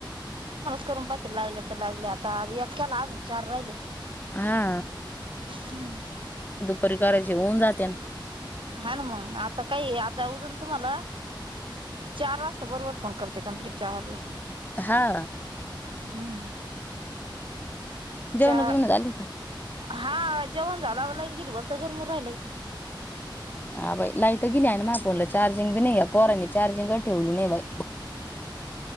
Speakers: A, on the right; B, on the left.
A: करुन पाहते लागल तर. लागले आता आधी एक केला, अजून चार राहिले
B: हा
A: हम्.
B: पर करायंचे होऊन जात्यान.
A: हा ना मग आता काय ए आता उजून तुम्हाला चार वाजता बरोबर फोन करते कमप्लीट चार ला.
B: हा
A: हम्म.
B: जेवण
A: चा
B: बिवन झाली का?
A: हा जेवण झालाव लाइट गेली होत गरम होऊन राहिलय.
B: हा बाई लाईट गेली आहे ना माझ फोनला चार्जिंग बी नाहीए पोरांनी चार्जिंग कायं ठेवली नाही बाई.